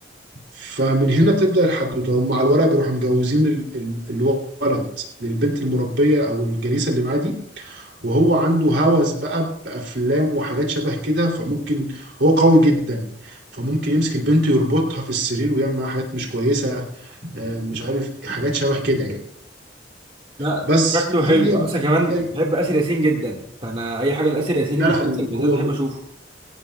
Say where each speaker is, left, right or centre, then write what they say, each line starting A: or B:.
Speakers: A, on the right (about 70°); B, on the right (about 30°).
A: فمن هنا بتبدا الحدوته هم على الورق بيروحوا مجوزين ال... ال... الولد للبنت المربيه او الجليسه اللي معاه دي وهو عنده هوس بقى بافلام وحاجات شبه كده فممكن هو قوي جدا فممكن يمسك البنت يربطها في السرير ويعمل معاها حاجات مش كويسه آه، مش عارف حاجات شبه كده يعني
B: لا
A: بس
B: شكله حلو
A: هي
B: اصلا كمان
A: هي
B: بحب اسر ياسين جدا فانا اي حاجه لاسر ياسين
A: لا
B: مسلسل
A: لا
B: بالذات
A: هو
B: بحب اشوفه